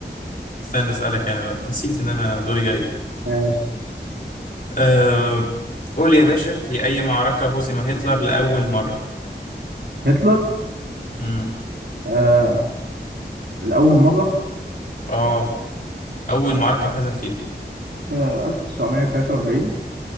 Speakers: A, on the left; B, on the right.
A: استنى أسألك أنا بقى نسيت إن أنا دوري جاي
B: ماشي
A: أه... قول يا باشا في أي معركة هزم هتلر لأول مرة؟
B: هتلر
A: امم
B: آه الأول مرة
A: اه أول معركة اتهزم فيها
B: آه 1943